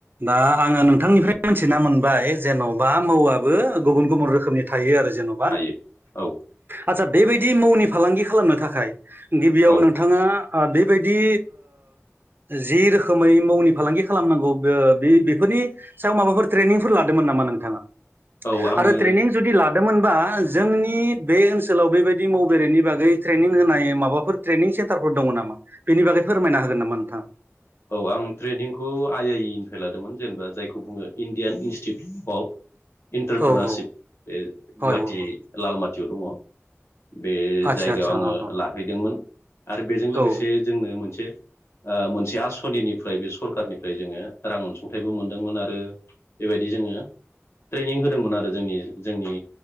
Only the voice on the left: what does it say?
हायो औ
औ
औ आङो
औ आं ट्रेनिंखौ आइ -आइइ निफ्राय लादोंमोन जेनेबा जायखौ बुङो इण्डियान इन्स्टिटिउट अफ इन्टारप्रेनारशप
बे
गुवाहाटि
लालमाटि थिआव दड़। बे
जायगायाव
आङो
लाहैदोंमोन आरो बेजों लोगोसे
जोंनो मोनसे मोनसे आसु सनिनिफ्राय बे सरखारनिफ्राय जोङो रां अनसुंथाइबो मोनदोंमोन आरो बेबायदि जोङो ट्रेनिं होदोंमोन आरो जोंनि जोंनि